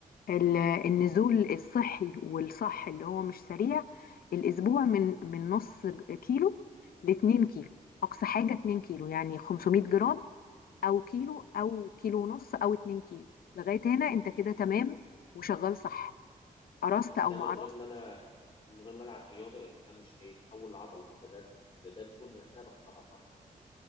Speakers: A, on the left (about 85°); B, on the left (about 35°).
A: ال- النزول الصحي والصح اللي هو مش سريع الأسبوع من من نص كيلو لاتنين كيلو أقصى حاجة 2 كيلو يعني 500 جرام او كيلو او كيلو ونص او 2 كيلو لغايه هنا انت كده تمام وشغال صح قرصت
B: بس
A: او
B: ده
A: ما
B: من
A: قرصتش
B: غير ما انا من غير ما العب رياضه يعني ده مش هيتحول لعضل بقى ده ده دهون- ده ده دهون نفسها بخسرها صح؟